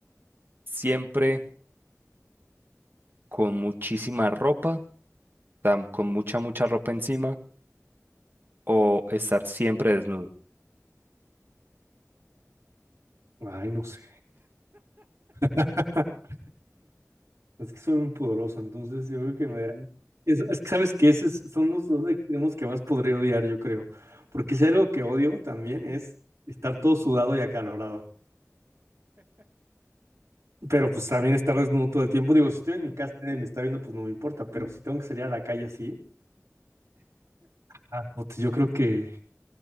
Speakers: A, on the right (about 40°); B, on the right (about 70°).
A: siempre con muchísima ropa, tam- con mucha, mucha ropa encima o estar siempre desnudo?
B: Ay, no sé. <laughs> Es que soy muy pudoroso, entonces yo creo que me darán... Es, es que sabes que esos son los dos extremos que más podría odiar, yo creo. Porque si hay algo que odio también es estar todo sudado y acalorado. Pero pues también estar desnudo todo el tiempo. Digo, si estoy en mi casa y nadie me está viendo, pues no me importa. Pero si tengo que salir a la calle así, ah, puta, yo creo que